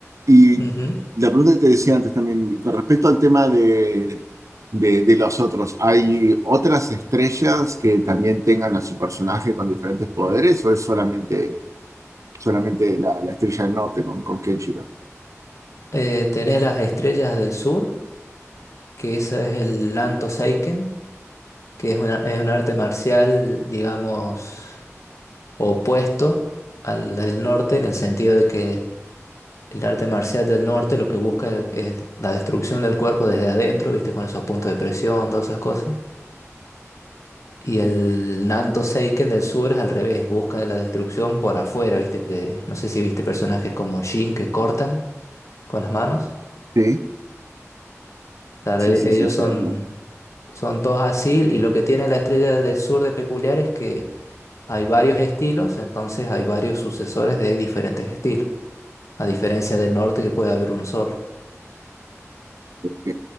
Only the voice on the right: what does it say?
Y
la pregunta que te decía antes también, con respecto al tema de, de, de los otros, ¿hay otras estrellas que también tengan a su personaje con diferentes poderes o es solamente solamente la, la Estrella del Norte con, con Kenshiro.
Sí.
Sí,
sí, sí,
sí.
no,
Ok,